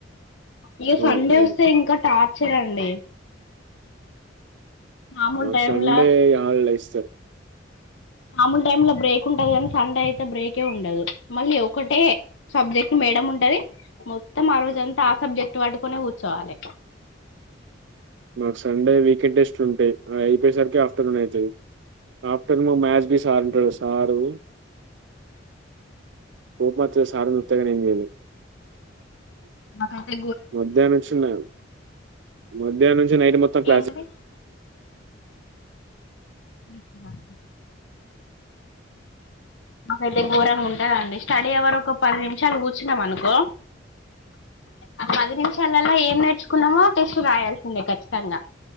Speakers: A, on the left (about 75°); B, on the right (about 65°).
A: ఇక
B: అవును.
A: సండే
B: అవును.
A: వస్తే ఇంకా టార్చర్ అండి మామూలు
B: మాకు
A: టైమ్లా
B: సండే హాల్ డే ఇస్తారు
A: మామూలు టైమ్ లో బ్రేక్ ఉంటదు కానీ సండే అయితే బ్రేకే ఉండదు మళ్ళీ ఒకటే సబ్జెక్ట్ మేడం ఉంటది మొత్తం ఆ రోజ అంతా ఆ సబ్జెక్ట్ పట్టుకునే కూర్చోవాలి
B: మాకు సండే వీకెండ్ టెస్ట్ లు ఉంటాయి అయిపోయసరికి ఆఫ్టర్నూన్ అయతది ఆఫ్టర్నూన్ మ్యాచ్ బి సార్ ఉంటాడు సారు కోపం వచ్చాది సార్ నీ చుత్త గానీ ఎమ్ చేయలేం
A: మాకైతె
B: మధ్యాహ్నంచ్చిన్ నేను మధ్యాహ్నుంచి నైట్ మొత్తం క్లాసి
A: ఏంటిది ఇ కున్న నే మాకైతే ఘోరంగుంటదండి స్టడీ అవరు ఒక పది నిమిషాలు కూర్చున్నాం అనుకో ఆ పది నిమిషాలల్ల ఏం నేర్చుకున్నమో టెస్ట్ రాయాల్సిందే ఖచ్చితంగా